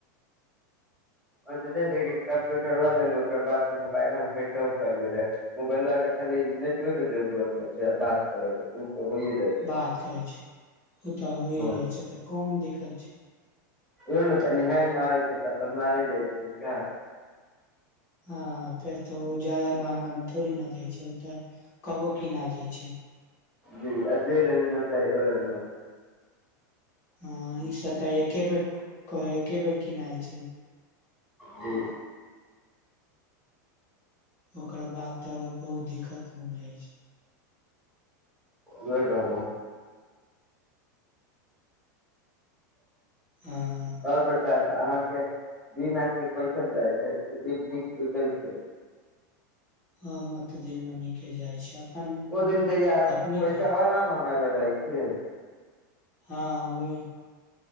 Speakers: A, in the centre; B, on the left.
A: ओ कम्प्यूटरो लेल ओकरा बाद त मोबाइल कैस करिये <unintelligible> मोबाइलबा के खाली नेटवे के जरुरत नै छै बात करैके त ओ होइए जाएत
B: बात करै छै ओ तऽ होइए
A: हँ
B: जाइ छै तऽ कौन दिक्कत छै
A: ओ ने तनि हेंग मारै छै तऽ अपन मारे जाइ छै सह
B: हँ फेर तऽ ओ जदा महंगा मे थोड़ी न दै छै तऽ कबो कीना जाय छै
A: जी अएच बी आई बैंक <unintelligible>
B: हँ ई सब तऽ एके बेर एके क एके बेर किनाइ छै
A: जी
B: ओकरा बाद तऽ बहुत दिक्कत मिल जाय छै
A: नहि कहब <unintelligible>
B: ह
A: आओर बता अहाँके दिन आज के कैसल जाइ छै दिन नीक बितै छै
B: हँ मतदिन मे नीके जाइ छै अपन
A: ओ दिन पैसा
B: अपने के
A: ह न मंगायला दइ <unintelligible> के
B: हँ वहि